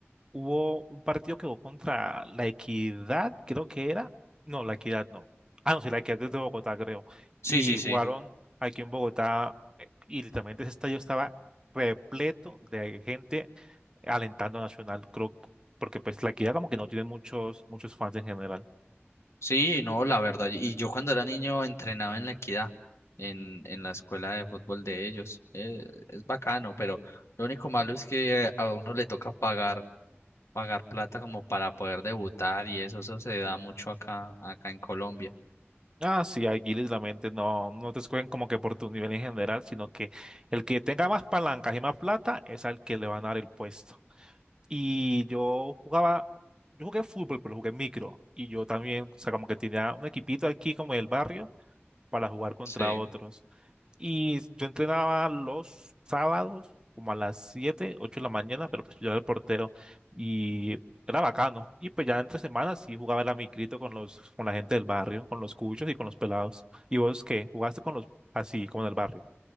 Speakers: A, on the right; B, on the left.
A: hubo un partido que jugó contra La Equidad, creo que era. No, La Equidad no. Ah, no, sí, La Equidad es de Bogotá, creo.
B: Sí,
A: Y
B: sí, sí.
A: jugaron aquí en Bogotá eh, y literalmente ese estadio estaba repleto de gente alentando a Nacional, creo, porque pues La Equidad como que no tiene muchos, muchos fans en general.
B: Sí, no, la verdad. Y yo cuando era niño entrenaba en la Equidad, en, en la escuela de fútbol de ellos. Eh, es bacano, pero lo único malo es que a uno le toca pagar pagar plata como para poder debutar y eso, eso se da mucho acá, acá en Colombia.
A: Ah, sí, aquí literalmente no, no te escogen como que por tu nivel en general, sino que el que tenga más palancas y más plata es al que le van a dar el puesto. Y yo jugaba, yo jugué fútbol, pero jugué micro. Y yo también, o sea, como que tenía un equipito aquí como del barrio para jugar contra
B: Sí.
A: otros. Y yo entrenaba los sábados como a las 7 8 de la mañana, pero pues yo era el portero y era bacano. Y pues ya entre semanas sí jugaba la micrito con los, con la gente del barrio, con los cuchos y con los pelados. ¿Y vos qué? ¿Jugaste con los así, como en el barrio?